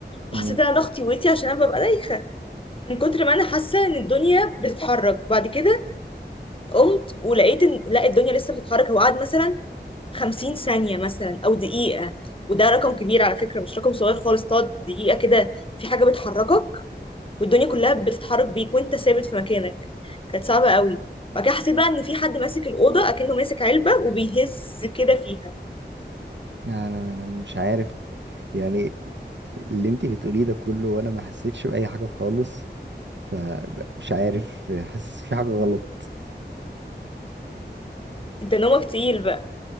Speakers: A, on the right (about 85°); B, on the left (about 30°).
A: مم.
B: حسيت ان انا ضغطي ويتي عشان انا ببقى دايخة من كتر ما انا حاسة ان الدنيا بتتحرك وبعد كده قمت ولقيت ان لا الدنيا لسه بتتحرك هو قعد مثلا 50 ثانية مثلا أو دقيقة وده رقم كبير على فكرة مش رقم صغير خالص تقعد دقيقة كده في حاجة بتحركك والدنيا كلها بتتحرك بيك وانت ثابت في مكانك كانت صعبة قوي بعد كده حسيت بقى ان في حد ماسك الأوضة أكنه ماسك علبة وبيهز كده فيها
A: يعني انا أنا مش عارف يعني اللي انتي بتقوليه ده كله وانا ما حسيتش بأي حاجة خالص فمش عارف حاسس في حاجة غلط
B: انت نومك تقيل بقى